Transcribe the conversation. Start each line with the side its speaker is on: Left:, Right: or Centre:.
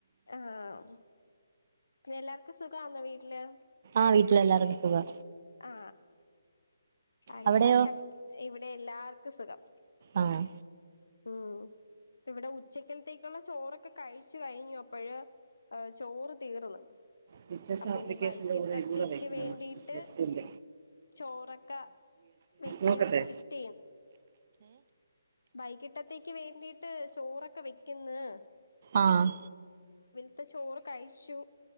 Left: ആഹ പിന്ന എല്ലാർക്കും സുഖാന്നോ വീട്ടില്
Right: ആ വീട്ടില് എല്ലാർക്കും സുഖാ
Left: ആ അങ്ങനെ
Right: അവിടെയോ
Left: ച ഇവിടെ എല്ലാർക്കും സുഖം
Right: ആഹ്
Left: മ്മ്.. ഇപ്പ ഇവിടെ ഉച്ചക്കലത്തേക്കുള്ള ചോറൊക്കെ കഴിച്ചു കഴിഞ്ഞു അപ്പഴ് ചോറ് തീർന്ന്
Right: വത്
Left: അപ്പൊ
Right: ആപ്ലിക്കേഷന്റെ
Left: ഇനി വൈകിട്ടത്തേക്ക്
Right: കൂടെ എൂടെ വെക്കപ്ൻ
Left: വേണ്ടിയിട്ട് ചോറൊക്കെ വെക്കാൻ
Right: നോക്കട്ടെ
Left: സെറ്റ് ബൈകിട്ടത്തേക്ക് വേണ്ടിട്ട് ചോറൊക്കെ വെക്ക്ന്ന്
Right: ആഹ്
Left: ത്തെ ചോറ് കഴിച്ചു